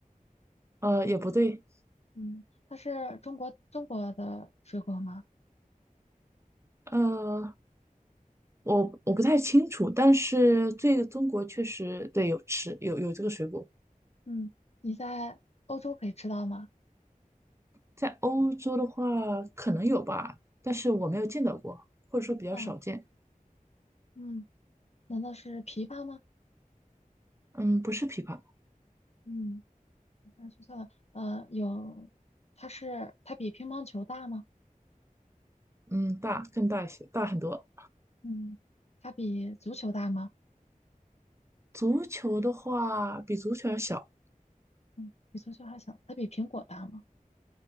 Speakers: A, on the right; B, on the left.
A: 呃，也不对，
B: 嗯，它是中国中国的水果吗？
A: 呃，我我不太清楚，但是这个中国确实对有吃有有这个水果，
B: 嗯，你在欧洲可以吃到吗？
A: 在欧洲的话可能有吧，但是我没有见到过，或者说比较少见。
B: 啊，嗯，难道是枇杷吗？
A: 嗯，不是枇杷，
B: 嗯，那说错了。呃，有，它是它比乒乓球大吗？
A: 嗯，大更大一些，大很多。
B: 嗯，它比足球大吗？
A: 足球的话，比足球要小，
B: 嗯，比足球还小。它比苹果大吗？